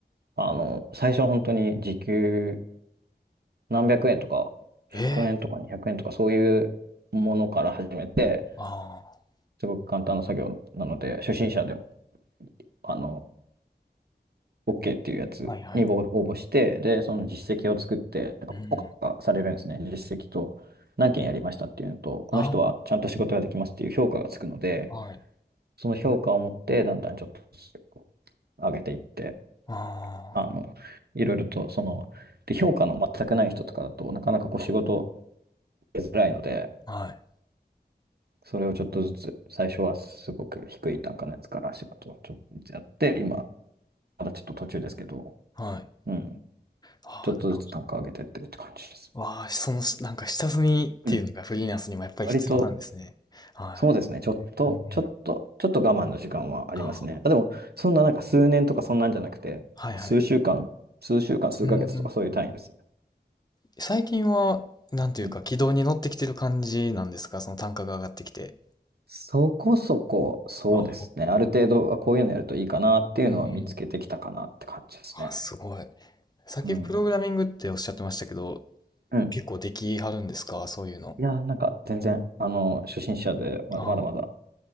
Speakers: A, on the right (about 65°); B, on the left (about 25°).
A: あの、最初は本当に時給何百円とか、100円とか200円とかそういうものから始めて、
B: ええ、あ
A: すごく簡単な作業なので、初心者でも、あの、OK っていうやつに応応募して、
B: あ、はいはい。
A: で、その実績を作って、
B: うん。
A: 評価されるんですね。実績と、何件やりましたっていうのと、この人はちゃんと仕事ができますっていう評価がつくので、
B: ああ、はい。
A: その評価を持って、だんだんちょっとずつこう上げていって、
B: あ
A: あの、いろいろと、その、で、評価の全くない人とかだとなかなかこう仕事しづらいので、
B: あ、はい、
A: それをちょっとずつ、最初はすごく低い単価のやつから仕事をちょっとずつやって、今、まだちょっと途中ですけど、
B: はい。
A: うん、
B: ああ、
A: ちょっとずつ単価上げてってるって感じです。
B: なるほどわあ、そのなんか下積みっていうのがフリーランスにもやっぱり必要なんですね。
A: うん割と、
B: は
A: そうですね。ちょっと、
B: い。うんうん。
A: ちょっと、ちょっと我慢の時間はありますね。
B: あ
A: あ、でも、そんななんか数年とかそんなんじゃなくて、
B: あ、はいはい。
A: 数週間、数週間、数ヶ月とかそういう単位ですね。
B: うんうん。最近は、なんていうか、
A: うん
B: 軌道に乗ってきてる感じなんですかその単価が上がってきて。
A: そこそこ、そうですね。
B: ああ、
A: ある程度、あこういうのやるといいかなっていうのは見つけてきたかなって感じですね。
B: うんうん。あ、すごい。さっきプログラミングっておっしゃってましたけど、
A: うん。うん。
B: 結構できはるんですかそういうの。
A: いやー、なんか全然、あの、初心者でま、
B: あ
A: まだまだ